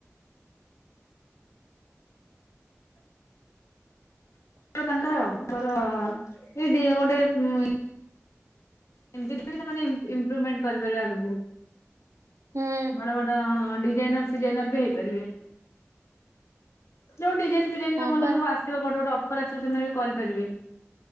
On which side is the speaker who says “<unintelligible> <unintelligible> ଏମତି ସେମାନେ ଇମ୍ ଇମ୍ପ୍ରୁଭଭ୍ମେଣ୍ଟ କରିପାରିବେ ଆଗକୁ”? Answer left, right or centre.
Left